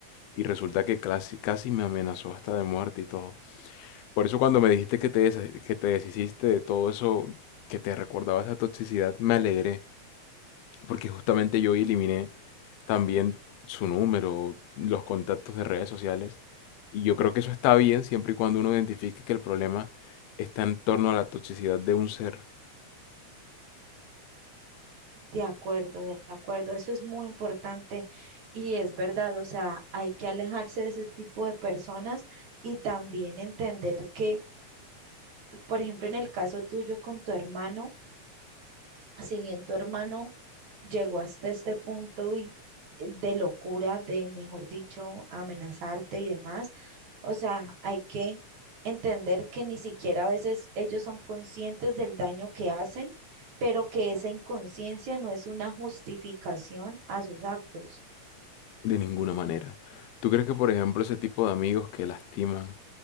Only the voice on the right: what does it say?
De acuerdo, de acuerdo. Eso es muy importante y es verdad. O sea, hay que alejarse de ese tipo de personas y también entender que Por ejemplo, en el caso tuyo con tu hermano, si bien tu hermano llegó hasta este punto y eh, de locura, de, mejor dicho, amenazarte y demás, o sea, hay que entender que ni siquiera a veces ellos son conscientes del daño que hacen, pero que esa inconsciencia no es una justificación a sus actos.